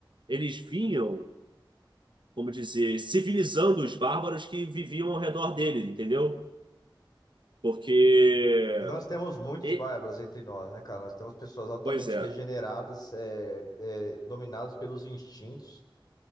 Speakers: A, on the right (about 70°); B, on the left (about 50°).
A: eles vinham, como dizer, civilizando os bárbaros que viviam ao redor dele, entendeu? Porque.
B: E nós temos muitos
A: e-
B: bárbaros entre nós, né, cara? Nós temos pessoas altamente
A: Pois é,
B: degeneradas, é, é, dominadas pelos instintos,